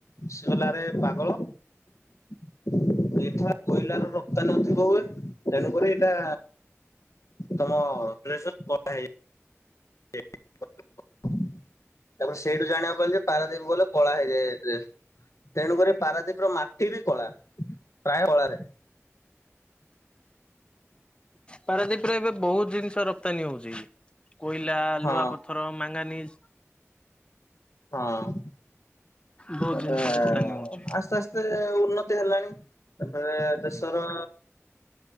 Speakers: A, on the left; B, on the left.
A: ସିଏ କଇଲେ ଆରେ ପାଗଳ <inaudible> ଏଠି ବା କୋଇଲାର ରପ୍ତାନୀଥିବ ହୁଏ ତେଣୁକରି ଏଇଟା ତମ ଡ୍ରେସ୍ କଳା ହେଇଯା <inaudible> ତାପରେ ସେଇଠୁ ଜାଣିବାକୁ ପାଇଲି ଯେ ପାରାଦ୍ୱୀପ ଗଲେ କଳା ହେଇଯାଏ ଏ ଡ୍ରେସ୍। ତେଣୁକରି ପାରାଦୀପୀ ର ମାଟି ବି କଳା ପ୍ରାୟ କଳା ରେ।
B: ପାରାଦୀପରେ ଏବେ ବହୁତ ଜିନିଷ ରପ୍ତାନୀ ହୋଉଚି କୋଇଲା
A: ହଁ
B: ଲୁହା ପଥର ମାଙ୍ଗାନିଜ
A: ହଁ
B: ବହୁତ
A: ଏରା
B: ଜିନିଷ ରପ୍ତାନୀ ହଉଛି।
A: ଆସ୍ ଆସ୍ ସ୍ତେ ଉନ୍ନତି ହେଲାଣି ତାପରେ ଦେଶର